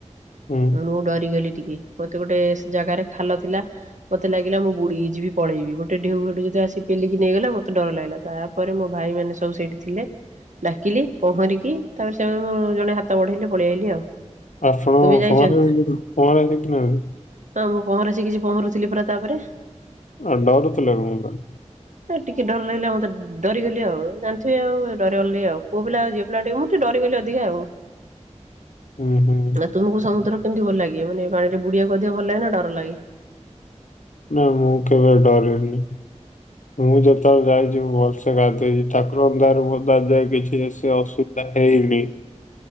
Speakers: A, on the left; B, on the right.
A: ହୁଁ
B: ମୁଁ ଡରିଗଲି ଟିକେ ମୋତେ ଗୋଟେ ଜାଗାରେ ଖାଲ ଥିଲା ମତେ ଲାଗିଲା ମୁଁ ବୁଡ଼ି ଯିବି। ପଳେଇବି ଗୋଟେ ଢେଉ ଗୋଟେ ଯଦି ଆସି ପେଲିକି ନେଇଗଲା ମତେ ଡର ଲାଗିଲା ତାପରେ ମୋ ଭାଇ ମାନେ ସବୁ ସେଇଠି ଥିଲେ ‌। ଡାକିଲି ପହଁରିକି ତାପରେ ସେମାନେ ଜଣେ ହାତ ବଢେଇଲେ ପଳେଇ ଆଇଲି ଆଉ।
A: ଆପଣ
B: ତୁମେ ଯାଇଚ?
A: ପହଁରା ଶିଖିଚନ୍ତି ପହଁରା ଶିଖି ନାହାଁନ୍ତି।
B: ହଁ ମୁଁ ପହଁରା ଶିଖିଛି ପହଁରୁଥିଲି ପରା ତାପରେ।
A: ଆଉ ଡରୁଥିଲ କଣ ପାଇଁ।
B: ଆ ଟିକେ ଡର ଲାଗିଲା ମତେ ଉଁ ଡରିଗଲି ଆଉ ଜାଣିଥିବେ ଆଉ ଡରିଗଲି ଆଉ ପୁଅ ପିଲା ଝିଅ ପିଲା ଟିକେ ମୁଁ ଟିକେ ଡରିଗଲି ଅଧିକା ଆଉ।
A: ହୁଁ ହୁଁ।
B: ନା ତୁମକୁ ସମୁଦ୍ର କେମିତି ଭଲ ଲାଗେ ମାନେ ପାଣିରେ ବୁଡିିବାକୁ ଅଧିକ ଭଲ ଲାଗେ ନା ଡର ଲାଗେ?
A: ନା ମୁଁ କେବେ ଡରେନି। ମୁଁ ଯେତେବେଳେ ଯାଇଛି ମୁଁ ଭଲସେ ଗାଧେଇଛି ଠାକୁରଙ୍କ ଦୟାରୁ ମତେ ଆଜି ଯାଏ କିଛି ସେ ଅସୁ ରା ହେଇନି।